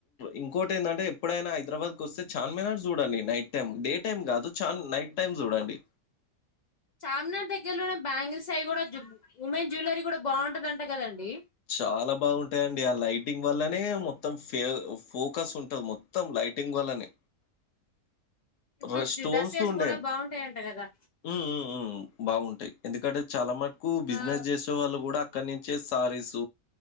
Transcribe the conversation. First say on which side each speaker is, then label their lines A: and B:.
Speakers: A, on the left (about 70°); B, on the left (about 85°).
A: ఇంకోటి ఏంటంటే ఎప్పుడైనా హైదరాబాద్ కు వస్తే చామినార్ చూడండి నైట్ టైం డే టైమ్ కాదు చాన్ నైట్ టైమ్ చూడండి
B: చామినార్ దగ్గర్లో ఉన్న బ్యాంగిల్ సైయి కూడా ఉమెన్ జ్యువెలరీ కూడా బాగుంటదన్టా కదండి
A: చాలా బాగుంటాయండి ఆ లైట్ టింగ్ వల్లనే మొత్తం ఫెల్ ఫోకస్ ఉంటది మొత్తం లైటింగ్ వల్లనే
B: ఇప్పుడు
A: రెస్టోన్స్
B: డ్రెస్సెస్
A: ఉండే
B: కూడా
A: మ్మ్
B: బాగుంటాయంట కదా
A: మ్మ్ మ్మ్ బాగుంటాయి ఎందుకంటే చాలా మటుకు బిజినెస్
B: ఆ
A: చేసే వాళ్ళు కూడా అక్కడ నుంచే సారీస్